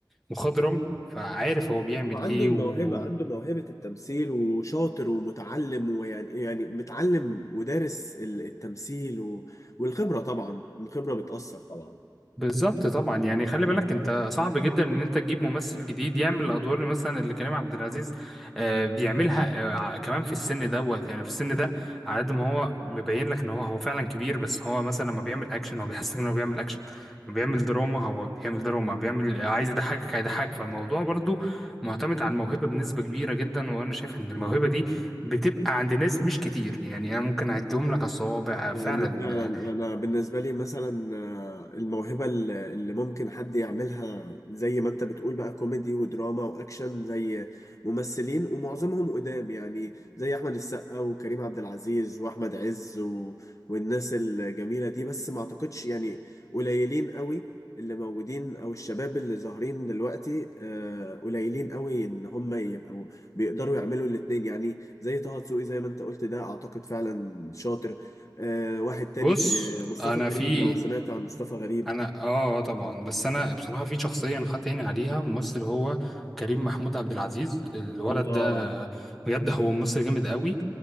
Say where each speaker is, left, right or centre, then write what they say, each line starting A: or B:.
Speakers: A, in the centre; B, on the left.
A: مخضرم فعارف هو بيعمل
B: وعنده
A: ايه
B: الموهبة
A: و
B: عنده موهبة التمثيل وشاطر ومتعلم ويعني يعني متعلم ودارس ال- التمثيل و... والخبرة طبعا الخبرة بتأثر طبعا
A: بالظبط طبعا يعني خلي بالك انت صعب جدا ان انت تجيب ممثل جديد يعمل الادوار اللي مثلا اللي كريم عبد العزيز آه، بيعملها آه، ع- كمان في السن دوت يعني في السن ده على قد ما هو مبين لك ان هو هو فعلا كبير بس هو مثلا لما بيعمل اكشن هو بيحسسك ان هو بيعمل اكشن لما بيعمل دراما هو بيعمل دراما بيعمل عايز يضحكك هيضحكك فالموضوع برضو معتمد على الموهبة بنسبة كبيرة جدا وانا شايف ان الموهبة دي بتبقى عند ناس مش كتير يعني انا ممكن اعدهم لك على الصوابع
B: يعني
A: فعلا
B: فعلا انا بالنسبه لي مثلا آه، الموهبه الل- اللي ممكن حد يعملها زي ما انت بتقول بقى كوميدي ودراما واكشن زي ممثلين ومعظمهم قدام يعني زي احمد السقا وكريم عبد العزيز واحمد عز و... والناس الجميله دي بس ما اعتقدش يعني قليلين قوي اللي موجودين او الشباب اللي ظاهرين دلوقتي آه، قليلين قوي ان هم يبقوا بيقدروا يعملوا الاتنين يعني زي طه دسوقي زي ما انت قلت ده اعتقد فعلا شاطر آه واحد تاني
A: بص
B: آه مصطفى
A: انا
B: غريب
A: في
B: لو سمعت عن مصطفى غريب
A: انا اه آه طبعا بس انا بصراحه في شخصيه انا حاطط عيني عليها ممثل هو كريم محمود عبد العزيز الولد
B: الله
A: ده بجد هو ممثل جامد قوي